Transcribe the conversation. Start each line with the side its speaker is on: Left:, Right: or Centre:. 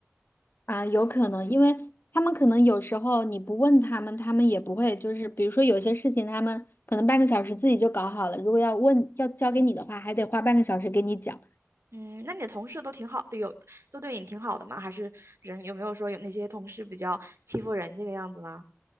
Left: 啊，有可能，因为他们可能有时候你不问他们，他们也不会。就是比如说有些事情，他们可能半个小时自己就搞好了。如果要问，要交给你的话，还得花半个小时给你讲。
Right: 嗯，那你的同事都挺好的，有都对你挺好的吗？还是人有没有说有那些同事比较欺负人这个样子呢？